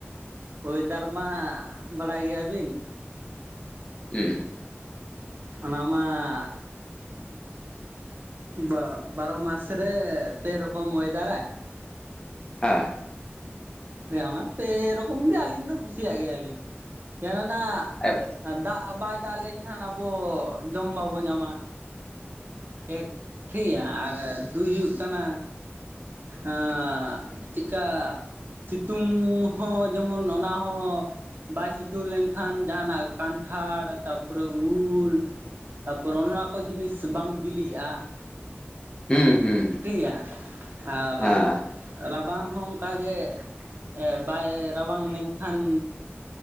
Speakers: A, on the right; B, on the left.
A: ᱳᱭᱮᱫᱟᱨ ᱢᱟ ᱵᱟᱲᱟᱭ ᱜᱮᱭᱟ ᱵᱤᱱ
B: ᱦᱩᱸ
A: ᱚᱱᱟᱢᱟᱸ ᱵᱟ ᱵᱟᱨᱚ ᱢᱟᱥ ᱨᱮ ᱯᱮ ᱨᱚᱠᱚᱢ ᱳᱭᱮᱫᱟᱨᱟᱭ
B: ᱟᱸ
A: ᱦᱮᱸ ᱚᱱᱟ ᱯᱮ ᱨᱚᱠᱚᱢ ᱜᱮ ᱟᱞᱤᱧ ᱫᱚ ᱠᱩᱥᱤᱭᱟᱜ ᱜᱮᱭᱟᱞᱤᱧ ᱠᱮᱱᱮᱱᱟᱜ
B: ᱦᱮᱸ
A: ᱫᱟᱜ ᱵᱟᱭ ᱫᱟᱜ ᱞᱮᱱᱠᱷᱟᱱ ᱟᱵᱚ ᱡᱚᱢ ᱵᱟᱵᱚ ᱧᱟᱢᱟ ᱮᱠ ᱴᱷᱤᱭᱟ ᱟᱨ ᱫᱩᱭ ᱦᱩᱭᱩᱜ ᱠᱟᱱᱟ ᱟᱸᱻᱪᱮᱫᱠᱟ ᱥᱤᱛᱩᱝ ᱦᱚᱸ ᱡᱮᱢᱚᱱ ᱚᱱᱟ ᱦᱚᱸ ᱵᱟᱭ ᱥᱤᱛᱩᱝ ᱞᱮᱱᱠᱷᱟᱱ ᱡᱟᱦᱟᱸᱱᱟᱜ ᱠᱟᱱᱴᱷᱟᱲ ᱛᱟᱨᱯᱩᱨᱮ ᱩᱞ ᱛᱟᱯᱚᱨ ᱚᱱ ᱚᱱᱟ ᱠᱚ ᱡᱤᱱᱤᱥ ᱵᱟᱝ ᱵᱤᱞᱤᱜᱼᱟ,
B: ᱦᱩᱸ ᱦᱩᱸ
A: ᱴᱷᱤᱭᱟ ᱟᱨ
B: ᱦᱮᱸ
A: ᱨᱟᱵᱟᱝ ᱦᱚᱸ ᱚᱱᱠᱟ ᱜᱮ ᱮᱸ ᱵᱟᱭ ᱨᱟᱵᱟᱝ ᱞᱮᱱᱠᱷᱟᱱ